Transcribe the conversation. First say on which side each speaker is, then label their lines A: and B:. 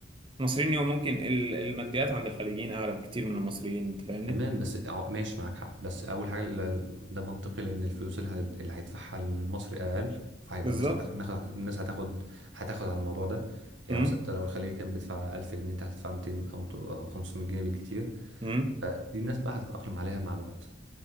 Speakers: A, on the right; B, on the right.
A: المصريين يوم ممكن ال- الماديات عند الخليجيين اعلى بكتير من المصريين انت فاهمني
B: تمام بس اه ماشي معاك حق بس اول حاجه ال- ده منطقي لان الفلوس اللي هت- اللي هيدفعها لمصر اقل فهيبقى
A: بالظبط
B: الناس هت... النخ- الناس هتاخد هتاخد على الموضوع ده يعني
A: امم
B: مثلا انت لو الخليجي كان بيدفع 1000 جنيه انت هتدفع 200 او ت- او 500 جنيه بالكتير
A: امم
B: فدي الناس بقى هتتاقلم عليها مع الوقت